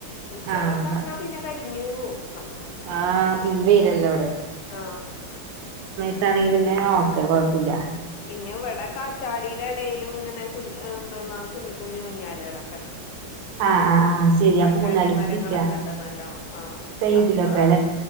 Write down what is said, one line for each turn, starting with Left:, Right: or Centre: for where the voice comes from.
Left: ഉച്ചക്കൊക്കെ
Right: ആഹ്
Left: ആണെങ്കിൽ പിന്നെ കരിഞ്ഞുപോവും ഞമ്മള്
Right: ആഹ് തീ വെയിലല്ലേ
Left: ആ
Right: ത്താണെങ്കിൽ പിന്നെ ഓക്കെ കുഴപ്പില്ല.
Left: പിന്നെ ഇവിടെ കാറ്റാടീടെ ഇടയിലിങ്ങനെ കുഞ്ഞ് എന്തോന്നാണ് കുഞ്ഞി കുഞ്ഞു കുഞ്ഞൂഞ്ഞാലുകളൊക്കെ ഉണ്ട്.
Right: ആഹ് ആഹ് ആഹ് ശരി
Left: കാറ്റാടി
Right: അപ്പൊ ഊഞ്ഞാലുമേക്കിരിക്കാ
Left: മരങ്ങളൊക്കെണ്ട്. നല്ലോണം ആ
Right: സൈഡിലൊക്കെ
Left: അപ്പം